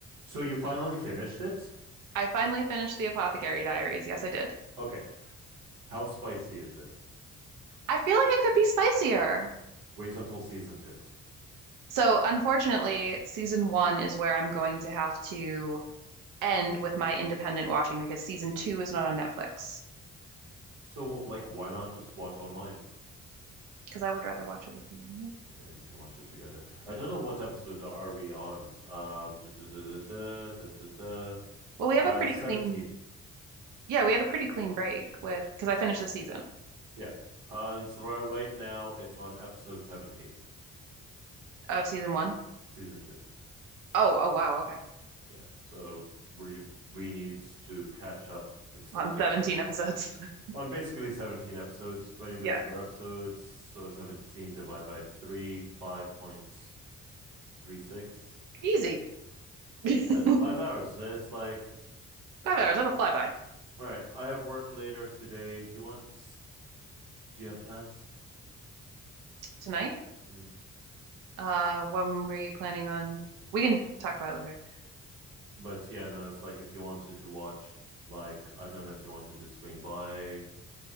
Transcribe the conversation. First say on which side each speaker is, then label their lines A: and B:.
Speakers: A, on the right; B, on the right.
A: So you finally finished it?
B: I finally finished the Apothecary Diaries. Yes, I did.
A: Okay. How spicy is it?
B: I feel like it could be spicier.
A: Wait until season two.
B: So, unfortunately, season one is where I'm going to have to end with my independent watching because season two is not on Netflix.
A: So, like, why not just watch online?
B: Because I would rather watch it with you.
A: Okay, we can watch it together. I don't know what episode are we on. Um, da, da, da, da, da, da, da.
B: Well, we have
A: uh,
B: a pretty
A: seventeen.
B: clean, yeah, we had a pretty clean break with, because I finished the season
A: Yeah. Uh, and so right, right now it's on episode seventeen,
B: of season one.
A: season two.
B: Oh, oh, wow. Okay.
A: Yeah. So we we need to catch up and stuff
B: On
A: like
B: 17
A: that
B: episodes. <laughs>
A: on basically seventeen episodes, twenty minutes
B: Yeah.
A: per episode. So seventeen divided by three, five point three six.
B: Easy. <laughs> Five
A: Yeah, five hours. It's like,
B: hours. That'll fly by.
A: all right, I have work later today. Do you want? Do you have plans?
B: Tonight,
A: Mm.
B: uh, when were you planning on? We can talk about it later.
A: But yeah, no, it's like if you wanted to watch, like I don't know if you wanted to swing by